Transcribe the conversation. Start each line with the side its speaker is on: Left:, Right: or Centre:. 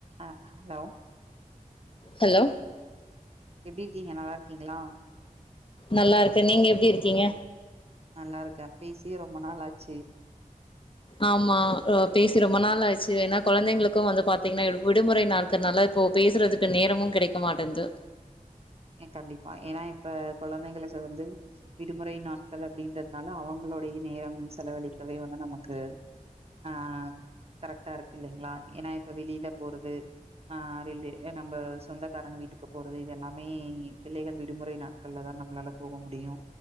Right: அ hello
Left: hello
Right: எப்டி இருக்கீங்க நல்லா இருக்கீங்ளா
Left: நல்லா இருக்க நீங்க எப்டி இருக்கீங்க
Right: நல்லா இருக்க பேசியே ரெம்ப நாள் ஆச்சு
Left: ஆமா பேசி ரெம்ப நாள் ஆச்சு ஏனா கொழந்தைங்களுக்கு வந்து பாத்தீங்கன்னா விடுமுறை நாட்கள்னால இப்போ பேசுறதுக்கு நேரமு கிடைக்க மாட்டேந்து
Right: ஏ கண்டிப்பா ஏனா இப்ப கொழந்தைகளுக்கு வந்து விடுமுறை நாட்கள் அப்டின்றதுனால அவுங்களுடைய நேரம் செலவழிக்கவே வந்து நமக்கு ஆ கரெக்டா இருக்கு இல்லீங்ளா ஏனா இப்ப வெளில போறது ஆ நம்ப சொந்தக்காரங்க வீட்டுக்கு போறது இதெல்லாம் மே பிள்ளைகள் விடுமுறை நாட்கள்ளதா நம்மளால போக முடியு